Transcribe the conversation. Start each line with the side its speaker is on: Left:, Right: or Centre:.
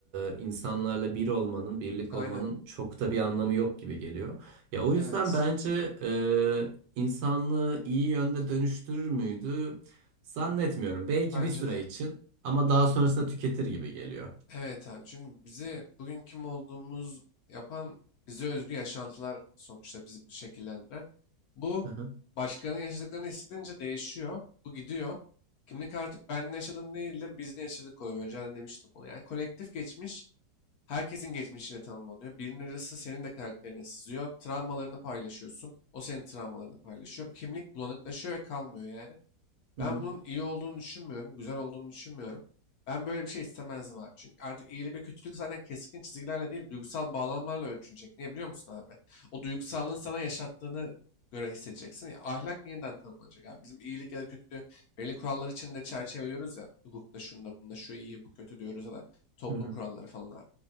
Right: e, insanlarla bir olmanın, birlik
Left: Aynen.
Right: olmanın çok da bir anlamı yok gibi geliyor. Ya o yüzden
Left: Evet.
Right: bence e, insanlığı iyi yönde dönüştürür müydü? Zannetmiyorum. Belki
Left: Bence
Right: bir süre
Left: de.
Right: için ama daha sonrasında tüketir gibi geliyor.
Left: Evet abi çünkü bizi bugün kim olduğumuz yapan bize özgü yaşantılar sonuçta bizi bu şekillendiren. Bu
Right: Hı hı,
Left: başkalarının yaşadıklarını hissedince değişiyor. Bu gidiyor. Kimlik artık ben ne yaşadım değil de biz ne yaşadık oluyor. Önceden demiştim bunu. Yani kolektif geçmiş herkesin geçmişiyle tanımlanıyor. Birinin acısı senin de karakterine sızıyor. Travmalarını paylaşıyorsun. O senin travmalarını paylaşıyor. Bu kimlik bulanıklaşıyor ve kalmıyor yani.
Right: hı
Left: Ben
Right: hı,
Left: bunun iyi olduğunu düşünmüyorum, güzel olduğunu düşünmüyorum. Ben böyle bir şey istemezdim abi. Çünkü artık iyilik ve kötülük zaten keskin çizgilerle değil, duygusal bağlamlarla ölçülecek. Niye biliyor musun abi? O duygusallığın sana yaşattığını göre hissedeceksin. Ya, ahlak yeniden tanımlanacak abi. Bizim iyilik ya da kötülüğü belli kurallar içinde çerçeveliyoruz ya. Hukukta şunda bunda şu iyi bu kötü diyoruz ya da toplum
Right: hı hı,
Left: kuralları falan abi.